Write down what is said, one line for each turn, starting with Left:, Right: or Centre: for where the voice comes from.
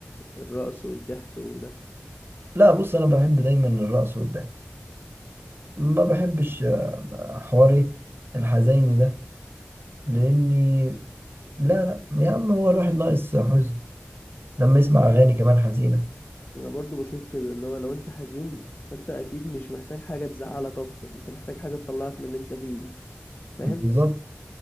Left: الرقص والضحك وده
Right: لا بص انا بحب دايما الرقص والضحك ما بحبش آه،
Left: أنا
Right: حواري الحزيني ده لاني لا لا يا عم هو الواحد ناقص حزن لما يسمع اغاني كمان حزينه
Left: أنا برضو بشوف كده اللي هو لو انت حزين فانت اكيد مش محتاج حاجة تزعلك اكتر انت محتاج حاجة تطلعك من اللي انت فيه فاهم
Right: بالظبط